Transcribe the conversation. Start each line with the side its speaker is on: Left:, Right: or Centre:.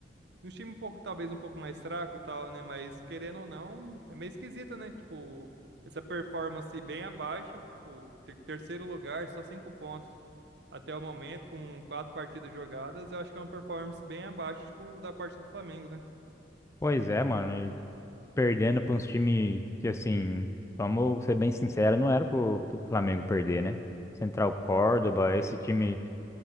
Right: do time um pouco, talvez um pouco mais fraco e tal, né? Mas querendo ou não, é meio esquisito, né? Tipo, essa performance bem abaixo, tipo, ter- terceiro lugar, só cinco pontos até o momento, com quatro partidas jogadas, eu acho que é uma performance bem abaixo, tipo, da parte do Flamengo, né?
Left: Pois é, mano. E perdendo para uns times que, assim, vamos ser bem sinceros, não era pro, pro Flamengo perder, né? Central Córdoba, esse time,